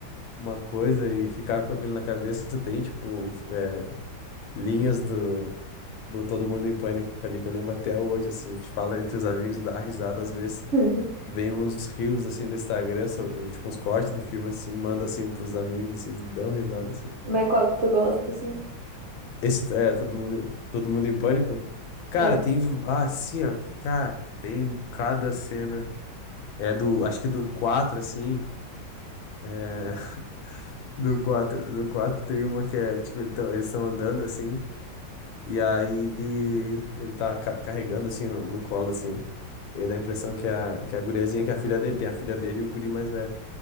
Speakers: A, on the left; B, on the right.
A: uma coisa e ficar com aquilo na cabeça. Tem, tipo, é, linhas do, do Todo Mundo em Pânico ali que eu lembro até hoje, assim. A gente fala entre os amigos, dá risada às vezes.
B: <laughs>
A: Vem uns rios, assim, no Instagram, so- eh, tipo, uns cortes do filme, assim. Manda, assim, pros amigos, assim, eles dão risada, assim.
B: Mas qual que tu gosta, assim?
A: Esse, é, Todo Mundo, Todo Mundo em Pânico. Cara,
B: É.
A: tem, ah, assim, ó. Cara, tem cada cena. É do, acho que do 4 assim. eh, Do quatro do 4 tem uma que é, tipo, ele tão- eles estão andando assim, e aí ele tá ca- carregando assim no, no colo, assim. E aí dá a impressão que a, que a guriazinha, que é a filha dele, tem a filha dele e o guri mais velho.